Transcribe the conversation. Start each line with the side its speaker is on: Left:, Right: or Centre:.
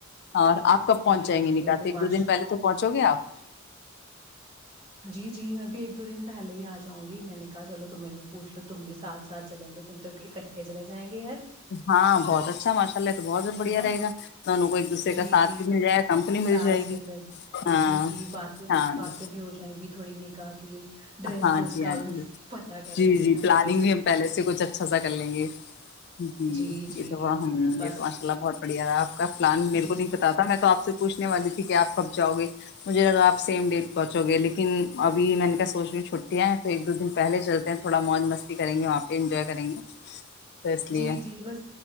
Left: اور آپ کب پہنچائیں
Right: جی
Left: گے
Right: جی
Left: نکاس
Right: یہ تو
Left: ایک
Right: ماش
Left: دو دن پہے تو پہنچ پچو گپ
Right: جی جی میں بھی ایک دو دن پہلے ہی آج چاہںی میں نے کہ چلو تم میں بھی پوھ لو تو تم بھی ساتھ سات چلیںےم تو چلے جائیں گے یار
Left: ہاں بہت اچھا ماشاء اللہ تو بہت بڑھیا
Right: ہے نا
Left: رہے گا دونوں کو ایک دوسرے
Right: جی
Left: کا ساتھ
Right: جی
Left: بھی مل جائے گا کمپنی مل
Right: ساتھ
Left: جائے گی
Right: بھی مل
Left: ہاں
Right: جی جی باتیں
Left: ہاں
Right: باتیں
Left: ج
Right: بھی ہو جائیں گی تھوڑی نکاح کی ڈریس
Left: ہاں
Right: ڈریس
Left: جی
Right: کا
Left: ہاں
Right: بھی
Left: جی
Right: پتہ کر
Left: جی
Right: لیں
Left: جی
Right: گے ہم
Left: پلاننگ
Right: لوگ
Left: بھی ہم پہلے سے کچھ اچھا سا کر لیں گے جی
Right: جی جی
Left: یہ توب ہ
Right: بس
Left: یہ تو پڑیا رہا آپ کا پلان میرے
Right: جی
Left: کو نہیں بتاا میں تو آپ سے پوچھنے والی تھی کہ آپ کب جاؤ گے مجھے لگا آپ سیم ڈیٹ پہنچو گے لیکن ابھی میں نے کہ سوچی چھٹیاں ہیں تو ایک دو دن پہلے چلتے ہیں تھوڑا موج مستی کریں گے وہاں پہ انجوائے کریں گے تو اس لیے
Right: جی جی بس